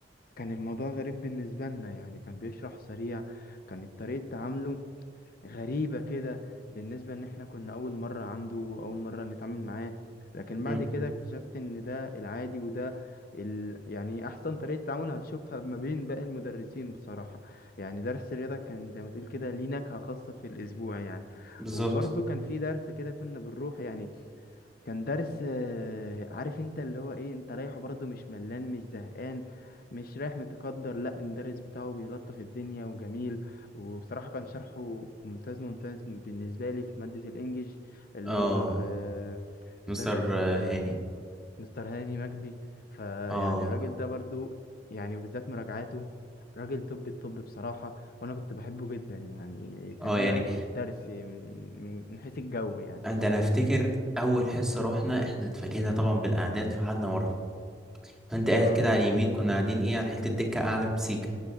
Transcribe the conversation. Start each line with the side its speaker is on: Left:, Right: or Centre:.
Left: كان الموضوع غريب بالنسبة لنا يعني كان بيشرح سريع كانت طريقة تعامله غريبة كده بالنسبة ان احنا كنا اول مرة عنده اول مرة نتعامل معاه لكن بعد
Centre: امم
Left: كده اكتشفت ان ده العادي وده ال... يعني احسن طريقة تعامل هتشوفها ما بين باقي المدرسين بصراحة يعني درس الرياضة كان زي ما تقول كده ليه نكهة خاصة في الاسبوع يعني
Centre: بالظبط
Left: وبرضه كان في درس كده كنا بنروح يعني كان درس آه، عارف انت اللي هو ايه انت رايحه برضه مش ملان مش زهقان مش رايح متقدر لا المدرس بتاعه بيلطف الدنيا وجميل وبصراحة كان شرحه ممتاز ممتاز بالنسبة لي في مادة الانجليش اللي
Centre: اه
Left: هو آه،
Centre: مستر
Left: مدرس آه،
Centre: هاني
Left: مستر هاني مجدي فيعني
Centre: اه
Left: الراجل ده برضه يعني وبالذات مراجعاته راجل طب الطب بصراحة وانا كنت بحبه جدا يعني كان
Centre: اه
Left: ايه
Centre: يعني
Left: رأيك في الدرس من من من حيث الجو يعني
Centre: ده انا افتكر اول حصه رحنا احنا اتفاجئنا طبعا بالاعداد فقعدنا ورا فانت قاعد
Left: اه
Centre: كده على اليمين كنا قاعدين ايه على حته دكه اعلى بسيكه